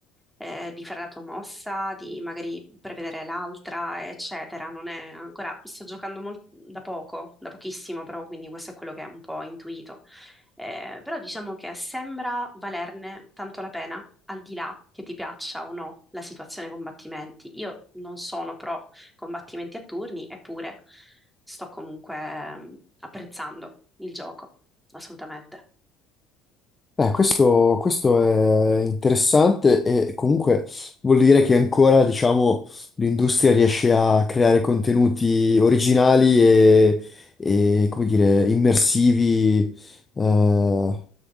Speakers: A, in the centre; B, on the left.
A: eh, di fare la tua mossa, di magari prevedere l'altra, eccetera. Non è ancora, sto giocando mol- da poco, da pochissimo, però, quindi questo è quello che è un po' ho intuito. Eh, però diciamo che sembra valerne tanto la pena, al di là che ti piaccia o no la situazione combattimenti. Io non sono pro combattimenti a turni, eppure sto comunque mm, apprezzando il gioco, assolutamente.
B: Eh, questo, questo è interessante e comunque vuol dire che ancora, diciamo, l'industria riesce a creare contenuti originali e, e, come dire, immersivi, eh,